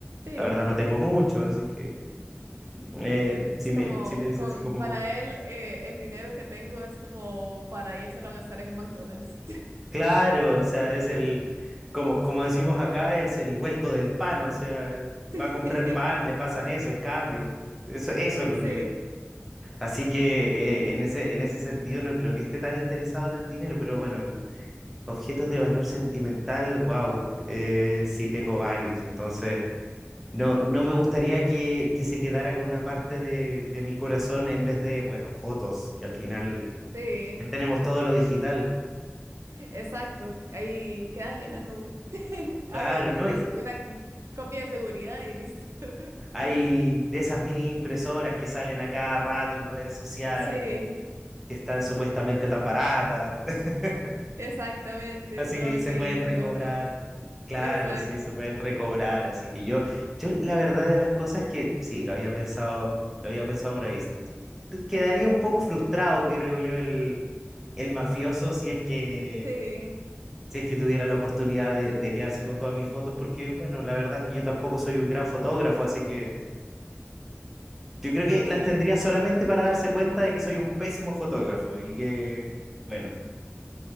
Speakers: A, on the right; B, in the centre.
A: Sí,
B: la verdad no tengo mucho, así que eh,
A: es
B: si
A: como,
B: me, si me dices
A: con,
B: así como,
A: para él, eh, el dinero que tengo es como para írselo a gastar en un McDonald's.
B: claro, o sea, es el, como, como decimos acá, es el vuelto del pan, o sea, va
A: <laughs>
B: a comprar
A: Sí,
B: pan, le pasan eso, el cambio, eso, eso es lo
A: sí,
B: que... Así que eh, en ese, en ese sentido no creo que esté tan interesado en el dinero, pero bueno, Objetos de valor sentimental, wow, eh, sí tengo varios, entonces no, no me gustaría que, que se quedara con una parte de, de mi corazón en vez de, bueno, fotos, que al final
A: sí,
B: ya tenemos todo lo digital.
A: Exacto, ahí quedan en la nube. <laughs> algo
B: Claro,
A: es
B: ¿no? Y
A: una copia de seguridad y listo. <laughs>
B: hay de esas mini impresoras que salen a cada rato en redes sociales,
A: Sí,
B: que, que están supuestamente tan baratas. <laughs>
A: exactamente,
B: Así
A: solamente
B: que ahí se
A: ahí
B: pueden
A: imprimo
B: recobrar.
A: las fotos.
B: Claro,
A: Exacto.
B: sí, se pueden recobrar. Así que yo, yo la verdad de las cosas es que sí, lo había pensado, lo había pensado por ahí. Te- Quedaría un poco frustrado, creo yo, el, el mafioso si es que,
A: Sí,
B: si es que tuviera la oportunidad de, de quedarse con todas mis fotos, porque bueno, la verdad es que yo tampoco soy un gran fotógrafo, así que yo creo
A: no,
B: que las
A: sí.
B: tendría solamente para darse cuenta de que soy un pésimo fotógrafo y que, bueno.